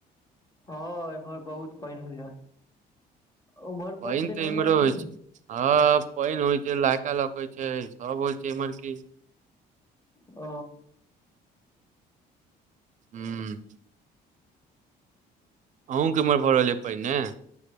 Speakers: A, on the left; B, on the right.
A: हँ, एमहर बहुत पाइन होइया उमहर
B: पानि
A: पाइन पाइन
B: तऽ
A: होइया
B: इम्हरो
A: कु
B: होइ
A: नहि।
B: छै हँ पाइन होइ छै लहका लौकइ छै सब होइ छै इमहर की
A: अ
B: हूँ। अहुूँ के औमहर भऽ रहलैय पाईन नऽ